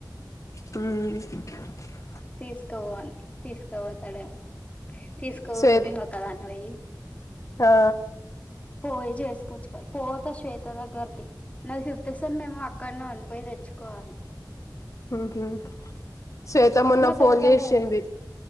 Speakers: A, on the left; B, on the left.
A: ఉహ్మ్
B: తీస్కావో అని తీస్కవోతడేమో తీస్కవోకుంటే
A: శ్వేత్
B: ఒక్కదాన్నివొయి
A: ఆ
B: పోయి జేస్కోవచ్చుగా పోతా శ్వేత దగ్గర్కి నాది ఫిఫ్త్ సెమ్మ్ మేమో అక్కడ్నే పోయి దెచ్చుకోవాలి.
A: ఉహ్ శ్వేత మొన్న ఫోన్
B: దొరకలేదు
A: జేశింది.